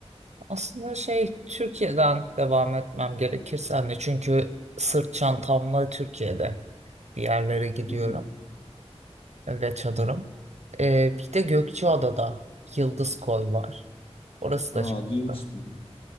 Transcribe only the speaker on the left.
<laughs>
Aa
duymuştum.